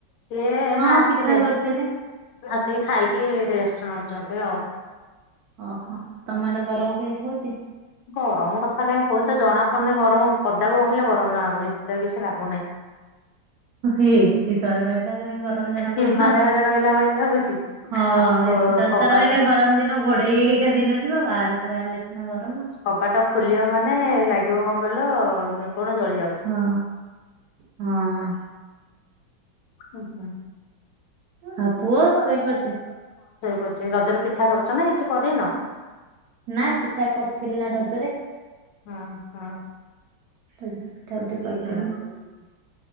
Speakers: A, on the left (about 75°); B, on the right (about 70°).
A: ସିଏ ଏନା
B: ହଁ
A: ଆସି।
B: ପିଠା
A: ଥିଲେ
B: କରିଥିଲେ
A: ଆସିକି ଖାଇକି ରେଷ୍ଟ। ସୋଇଛନ୍ତି ଆଉ।
B: ଓହୋ ତମ ଆଡେ ଗରମ କେମତି ହଉଛି।
A: ଗରମ କଥା କାହିଁ କହୁଛ ଜଣା ପଡୁନି ଗରମ। ପଦାକୁ ବାହାରିଲେ ଗରମ ଜଣା ପଡୁଛି ଭିତରେ କିଛି ଲାଗୁନାହିଁ।
B: ଏସି ତଳେ ରହିଲା କାହିଁ ଗରମ ଜଣା
A: ହିମାଳୟରେ
B: ପଡିବ
A: ରହିଲା ଭଳିଆ ଲାଗୁଛି
B: ହଁ
A: ଆଉ
B: ଏସି ତଳେ
A: କବାଟ
B: ତ ରହିଲେ ଗରମ ଦିନ ଘୋଡେଇ ହେଇ ହେଇକାଦିନ ଯିବ ବାହାର ବାହାରିଲେ ଗରମ
A: କବାଟ ଖୋଲଅ ମାନେ ଲାଗିବ କଣ କହିଲ କଣ ଜଳି ଯାଉଛି
B: ହଁ ହଁ
A: ହୁଁ ହୁଁ
B: ହଁ ପୁଅ ଶୋଇପାଡିଛି
A: ପଡିଛି ରଜରେ ପିଠା କରୁଛ ନା କିଛି କରିନ
B: ନା ପିଠା କରିଥିଲି ନା ରଜରେ
A: ହୁଁ ହୁଁ
B: ରଜରେ ପିଠା ପିଠୀ କରିଥିଲି